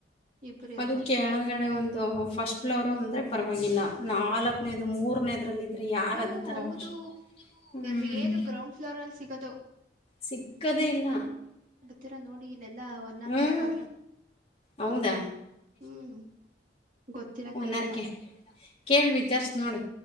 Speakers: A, on the right; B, on the left.
A: ಇಬ್ಬರು ಇರ್ಬೋದು
B: ಅದಿಕ್ಕೆ. ಕೆಳಗಡೆ ಒಂದು ಫಸ್ಟ್ ಫ್ಲೋರ್ ಅಂದ್ರೆ ಪರವಾಗಿಲ್ಲ ನಾಲ್ಕನೇದು ಮೂರನೇದ್ರಲ್ಲಿ. ಯಾರ
A: ಹ್ಞೂ
B: ಅತುರ
A: ಹೌದು
B: <unintelligible> ಹ್ಮ್
A: ರೇರು ಗ್ರೌಂಡ್ ಫ್ಲೋರ್ ಅಲ್ಲಿ ಸಿಗೋದು
B: ಸಿಕ್ಕದೇ ಇಲ್ಲ.
A: ತಿರ ನೋಡ್ ಇಲ್ಲಲ್ಲಾ ಒನ್ ವರ್
B: ಹ್ಮ್
A: ಕ್ಯಾಕವ್ರೆ
B: ಹೌದಾ
A: ಹ್ಮ್. ಗೊತ್ತಿಲ್ಲ
B: ಓನರ್ಕೆ
A: ಕೇಳಿಲ್ಲ
B: ಕೇಳ್ ವಿಚಾರ್ಸ್ ನೋಡು.